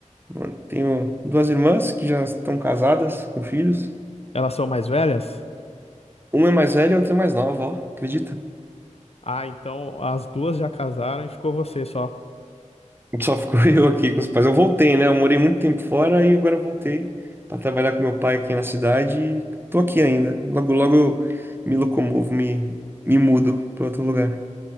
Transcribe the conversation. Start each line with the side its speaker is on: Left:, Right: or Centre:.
Right: Mano, Tenho duas irmãs que já estão casadas, com filhos.
Left: Elas são mais velhas?
Right: Uma é mais velha e a outra é mais nova, ó. Acredita?
Left: Ah, então as duas já casaram e ficou você só.
Right: Só ficou <laughs> eu aqui com os pais. Eu voltei, né? Eu morei muito tempo fora e agora eu voltei pra trabalhar com meu pai aqui na cidade e tô aqui ainda. Logo, logo eu me locomovo, me, me mudo pra outro lugar.